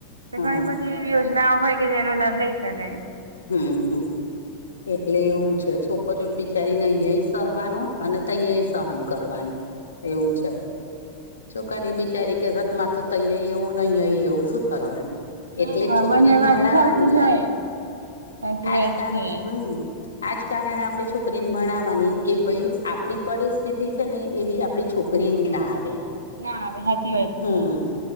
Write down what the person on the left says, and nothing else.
હા
હમ હમ એટલે એવું છે છોકરી બિચારીને અયાય સહવાનું અને તયાય સહન કરવાનું એવું છે છોકરી બિચારી કે સકમાર તો તૈય એવું નહી અય એવું શું કરવાનું
એટલે જ છોકરીને
ભણાવાની
ને
આજકાર
હમ આજ કારણે આપડી છોકરીને ભણાવાની કે ભાઈ આપડી પરિસ્થિતિ છે ને એવી આ પડી છોકરીને ના આવે
હમ